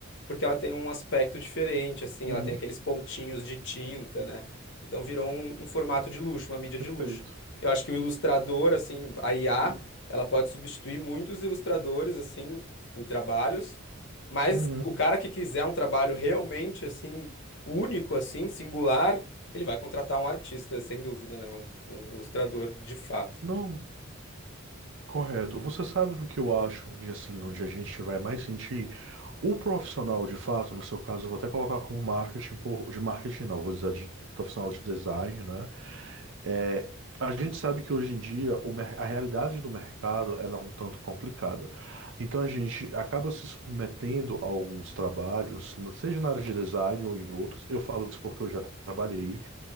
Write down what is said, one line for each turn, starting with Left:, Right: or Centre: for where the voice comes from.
Left: porque ela tem um aspecto diferente, assim,
Right: uhum.
Left: ela tem aqueles pontinhos de tinta, né? Então virou um, um formato de luxo, uma mídia
Right: Perfeito.
Left: de luxo. Eu acho que o ilustrador, assim, a IA,
Right: uhum.
Left: ela pode substituir muitos ilustradores, assim, em trabalhos mas
Right: Uhum,
Left: o cara que quiser um trabalho realmente assim, único assim, singular, ele vai contratar um artista, sem dúvida, né? Um, um ilustrador de fato.
Right: Não, correto. Você sabe do que eu acho de assim, onde a gente vai mais sentir o profissional de fato, no seu caso, eu vou até colocar como marketing, por, de marketing não, vou dizer de profissional de design, né? É, a gente sabe que hoje em dia o mer- a realidade do mercado ela é um tanto complicada. Então a gente acaba se submetendo a alguns trabalhos, n- seja na área de design ou em outros. Eu falo isso porque eu já tra- trabalhei